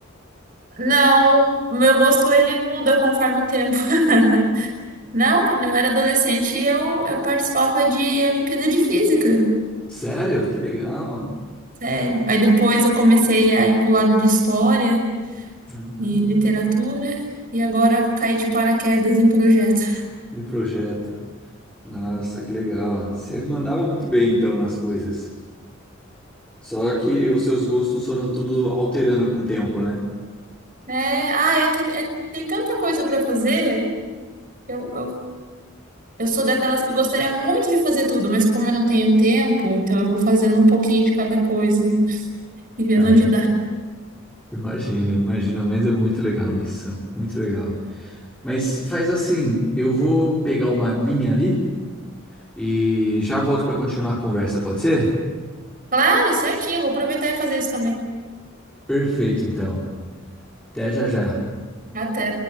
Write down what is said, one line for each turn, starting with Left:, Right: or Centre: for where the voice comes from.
Right: não, o meu gosto ele muda conforme o tempo. <laughs> Não, quando eu era adolescente, eu, eu participava de Olimpíada de Física.
Centre: Sério? Que legal.
Right: Sério. Aí depois eu comecei a ir pro lado de História
Centre: Uhum.
Right: e Literatura. E agora caí de paraquedas em projeto
Centre: Em projeto. Nossa, que legal. Você mandava muito bem, então, nas coisas. Só que os seus gostos foram tudo alterando com o tempo, né?
Right: É, ah, é que é- tem tanta coisa para fazer. Eu, eu, eu sou daquelas que gostaria muito de fazer tudo, mas como eu não tenho tempo, então eu vou fazendo um pouquinho de cada coisa e vendo
Centre: Ai,
Right: onde dá.
Centre: imagina, imagina, mas é muito legal isso, muito legal. Mas faz assim, eu vou pegar uma aguinha ali e já volto para continuar a conversa, pode ser?
Right: Claro, certinho, eu vou aproveitar e fazer isso também.
Centre: Perfeito, então. Até já já.
Right: Até.